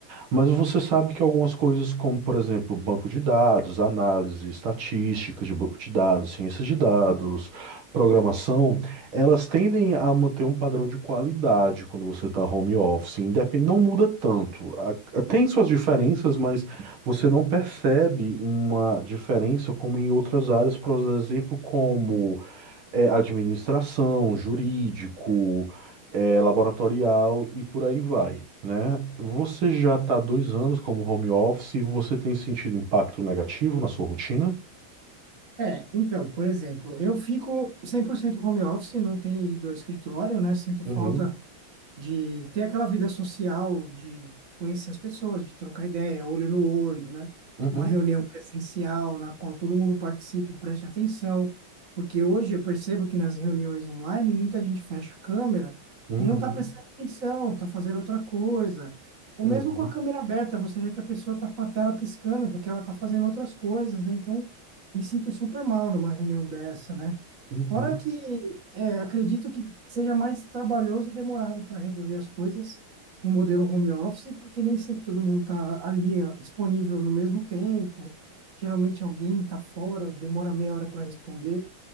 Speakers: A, on the right (about 75°); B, on the right (about 40°).
A: mas você sabe que algumas coisas, como, por exemplo, banco de dados, análise estatística de banco de dados, ciência de dados, programação, elas tendem a manter um padrão de qualidade quando você está home office, independe, não muda tanto. A- Tem suas diferenças, mas você não percebe uma diferença como em outras áreas, por exemplo, como é, administração, jurídico, é, laboratorial e por aí vai, né? Você já está dois anos como home office e você tem sentido impacto negativo na sua rotina?
B: É, então, por exemplo, eu fico 100% home office, não tenho ido ao escritório, né? Sinto
A: Uhum,
B: falta de ter aquela vida social, de conhecer as pessoas, de trocar ideia, olho no olho, né?
A: uhum,
B: Uma reunião presencial na qual todo mundo participe e preste atenção, porque hoje eu percebo que nas reuniões online muita gente fecha a câmera
A: uhum,
B: e não está prestando atenção, está fazendo outra coisa. Ou
A: uhum,
B: mesmo com a câmera aberta, você vê que a pessoa está com a tela piscando porque ela está fazendo outras coisas, né? Então, me sinto super mal numa reunião dessa, né?
A: uhum,
B: Fora que é, acredito que seja mais trabalhoso e demorado para resolver as coisas no modelo home office, porque nem sempre todo mundo está ali ah, disponível no mesmo tempo. Geralmente alguém está fora, demora meia hora para responder.